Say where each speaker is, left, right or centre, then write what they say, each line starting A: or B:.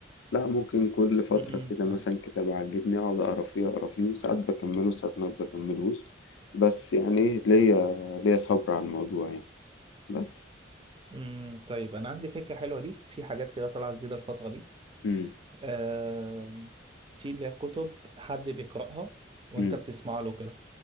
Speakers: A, on the left; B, on the right.
A: لا ممكن كل فترة
B: امم
A: كده
B: فاهم.
A: مثلا كتاب عجبني أقعد أقرا فيه أقرا فيه وساعات بكمله وساعات ما بكملهوش بس يعني إيه ليا ليا صبر على الموضوع يعني بس
B: امم طيب انا عندي فكرة حلوة ليك في حاجات كده طالعة جديدة الفترة دي
A: مم.
B: آه في اللي هي كتب حد بيقرأها وانت
A: مم.
B: بتسمع له كده